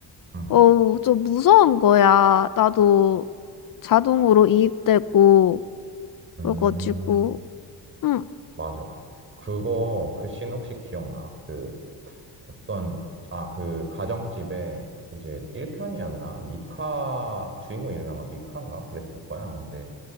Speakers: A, on the right; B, on the left.
A: 응.
B: 어우, 좀 무서운 거야. 나도 자동으로 이입되고,
A: 음,
B: 그래가지고, 응,
A: 맞아. 그거, 그 씬 혹시 기억나? 그 어떤, 아, 그 가정집에 이제 1편이었나? 미카, 주인공 이름이 아마 미카인가? 그랬을 거야. 근데